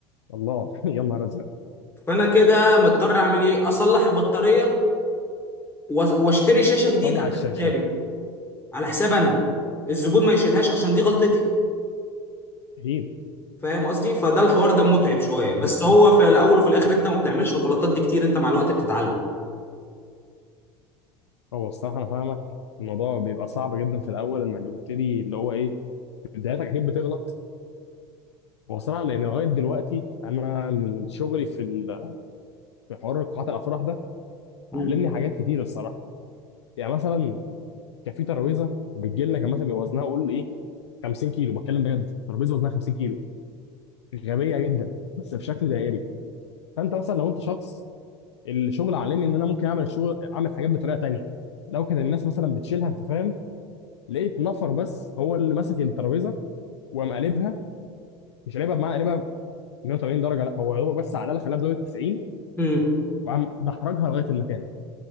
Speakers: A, on the left; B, on the left.
A: الله <laughs> يا نهار ازرق
B: فانا كده مضطر اعمل ايه اصلح البطاريه وأ- واشتري شاشه جديده
A: صلى على الشاشه
B: على حسابي على حساب انا الزبون ما يشيلهاش عشان دي غلطتي
A: هين
B: فاهم قصدي فده الحوار ده متعب شويه
A: <laughs>
B: بس هو في الاول وفي الاخر انت ما بتعملش الغلطات دي كتير انت مع الوقت بتتعلم
A: هو الصراحه انا فاهمك الموضوع بيبقى صعب جدا في الاول انك بتبتدي اللي هو ايه بدايتك اكيد بتغلط هو صراحه لان لغايه دلوقتي انا من شغلي في ال- في حوار قاعات الافراح ده
B: مم.
A: علمني حاجات كتير الصراحه يعني مثلا كان في ترابيزه بتجي لنا كان مثلا بيبقى وزنها قول ايه 50 كيلو بتكلم بجد ترابيزه وزنها 50 كيلو غبيه جدا بس بشكل دائري فانت مثلا لو انت شخص الشغل علمني ان انا ممكن اعمل الشغل اعمل حاجات بطريقه تانية لو كان الناس مثلا بتشيلها انت فاهم لقيت نفر بس هو اللي ماسك الترابيزه وقام قلبها مش قلبها بمعنى قلبها 180 درجه لا هو يا دوبك بس على خلاها بزاويه 90
B: امم
A: وقام دحرجها لغايه المكان